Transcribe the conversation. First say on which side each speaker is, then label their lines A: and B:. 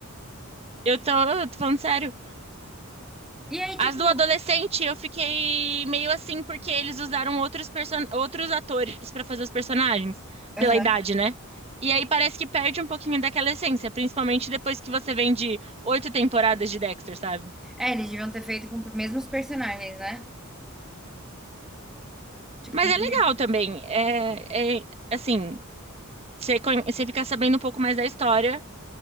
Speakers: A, on the right; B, in the centre.
A: Eu tô, eu tô falando sério.
B: E aí, tipo.
A: As do adolescente, eu fiquei meio assim, porque eles usaram outros, person... outros atores pra fazer os personagens,
B: Aham.
A: pela idade, né? E aí parece que perde um pouquinho daquela essência, principalmente depois que você vem de oito temporadas de Dexter, sabe?
B: É, eles deviam ter feito com os mesmos personagens, né? Tipo,
A: Mas
B: com os
A: é
B: mesmos-
A: legal também. É, é assim, você, conhe- você fica sabendo um pouco mais da história